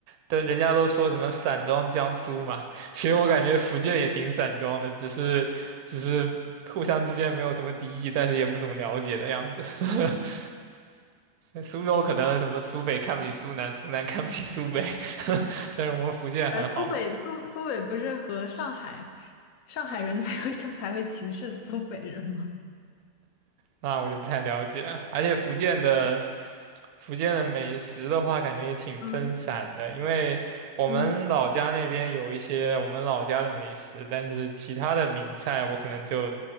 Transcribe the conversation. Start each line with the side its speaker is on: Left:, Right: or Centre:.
Right: 但人家都说什么散装江苏嘛，<laughs> 其实我感觉福建也挺散装的，只是只是互相之间没有什么敌意，但是也不怎么了解的样子。<laughs> 苏州可能什么苏北看不起苏南，苏南看不起苏北，<laughs> 但是我们福建还好，
Left: 呃，苏北苏苏北不是和上海上海人才会就才会歧视苏北人吗？
Right: 那我就不太了解了而且福建的福建的美食的话，感觉也挺分散的，
Left: 嗯
Right: 因为我们老家那边有一些我们老家的美食，
Left: 嗯，
Right: 但是其他的名菜我可能就